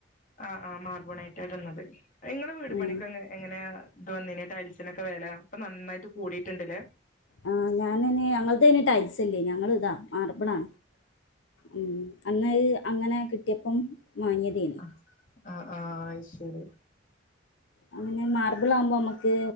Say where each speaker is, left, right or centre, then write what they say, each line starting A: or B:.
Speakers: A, on the left; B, on the left.
A: ആഹ് ആഹ് മാ ർബോണൈറ്റ ട്ന്നത്. ഇങ്ങളെ വീട്
B: ഉം
A: പണിക്ക് എങ്ങനെ ഇത് വന്നി ടൈൽസിനൊക്കെ വെല ഇപ്പൊ നന്നായിട്ട് കൂടിട്ട്ണ്ട്ല്ലേ.
B: ആ ഞാനയ്ന് അങ്ങൾതയ്ന് ടൈൽസ് അല്ലേ ഞങ്ങള് താ മാർബിളാ മാർബിളാ ഉം ഉം അന്നഅ് അങ്ങനെ കിട്ട്യപ്പം വാങ്ങ്യതേനി
A: ആഹ് ആഹ് ആഹ് അഅ് ശെരി
B: അങ്ങനെ മാർബിളാവുമ്പം അമ്മക്ക്